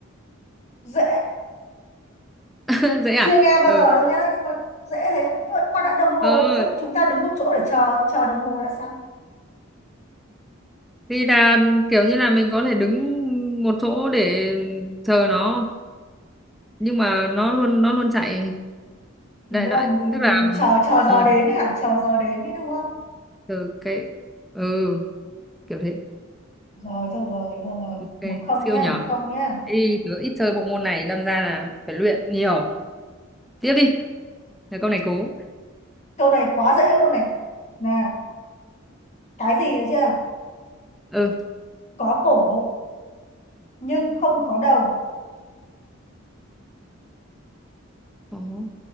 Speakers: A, on the left; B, in the centre.
A: dễ
B: <laughs> dễ à
A: chưa nghe bao
B: ừ.
A: giờ đâu nhá nhưng mà dễ thế nhưng mà qua đã đồng hồ
B: ừ
A: sợ chúng ta đứng một chỗ để chờ chờ đồng hồ là sao
B: thì là kiểu như là mình có thể đứng một chỗ để chờ nó nhưng mà nó luôn nó luôn chạy đại
A: kiểu như
B: loại
A: là mình
B: tức là
A: mình chờ chờ giờ
B: ừ,
A: đến đấy hả chờ giờ đến đấy đúng không
B: từ cái ừ kiểu thế
A: rồi thôi rồi thôi rồi
B: ok
A: một không
B: siêu
A: nhá
B: nhở
A: một không nhá
B: Ê, tớ ít chơi bộ môn này đâm ra là phải luyện nhiều tiếp đi Là câu này cố.
A: câu này quá dễ luôn này nè cái gì được chưa
B: Ừ.
A: có cổ nhưng không có đầu
B: Cố.